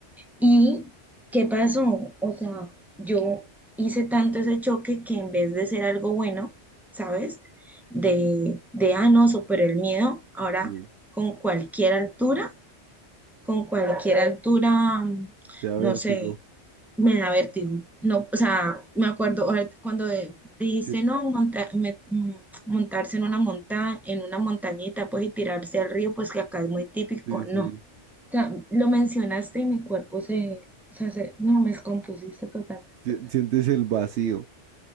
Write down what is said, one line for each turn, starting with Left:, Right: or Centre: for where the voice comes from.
Centre: ¿Y qué pasó? O sea, yo hice tanto ese choque que en vez de ser algo bueno, ¿sabes? De, de ah, no, superé el miedo. Ahora,
Right: Sí,
Centre: con cualquier altura, con cualquier altura, mm,
Right: te da vértigo.
Centre: no sé. me da vértigo. No, o sea, me acuerdo ahora cuando de- dijiste
Right: Sí,
Centre: no monta- me- mm, montarse en una monta en una montañita, pues y tirarse al río, pues que acá es muy típico,
Right: sí,
Centre: no.
Right: sí.
Centre: O sea, lo mencionaste y mi cuerpo se, o sea, se- no me descompusiste totalmente,
Right: Si-
Centre: o sea,
Right: Sientes el vacío.